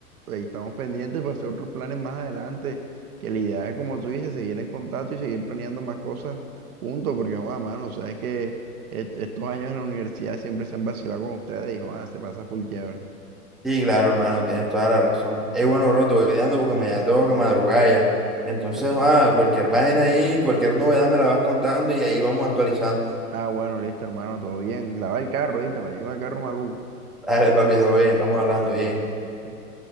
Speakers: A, on the right (about 70°); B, in the centre.
A: ahí estamos pendientes para hacer otros planes más adelante, que la idea es, como tú dices, seguir en contacto y seguir planeando más cosas juntos, porque, Juan, mano, sabes que est- estos años en la universidad siempre se han vacilado con ustedes y, Juan, se pasa full chévere.
B: Sí, claro, hermano, tienes toda la razón. Es bueno,
A: Bueno,
B: bro, te voy dejando porque mañana tengo que madrugar ya. Entonces,
A: ah,
B: ah, cualquier vaina ahí, cualquier novedad me la vas contando y ahí vamos actualizando.
A: ah, bueno, listo, hermano, todo bien. Lava el carro, ¿viste? Venimos el carro maluco.
B: <laughs> Dale, papi, todo bien, estamos hablando
A: Bien,
B: bien.
A: bien. bien.